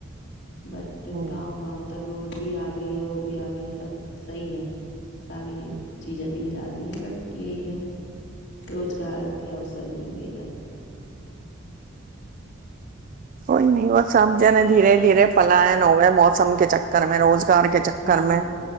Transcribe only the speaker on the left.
بٹ
گاؤں گاؤں ت گڈ بھی آ گئی ہے وہ بھی آ گئی ہے سب صحیح ہے ساری
چیزیں مل جاتی ہیں بٹ یہی ہے روزگار کے اوسر نہیں ویدا
ہاں